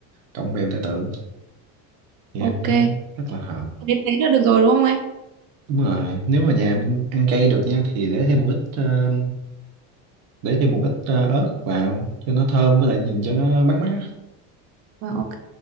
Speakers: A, on the right (about 40°); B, on the right (about 80°).
A: cọng bèo tai tượng thì ăn
B: Ok.
A: nó rất là hợp.
B: Thế thế là được rồi đúng không anh?
A: Đúng rồi, nếu mà nhà em ăn cay được nha thì để thêm một ít ờ, để thêm một ít ờ, ớt vào cho nó thơm với lại nhìn cho nó bắt mắt á.
B: Vâng ok.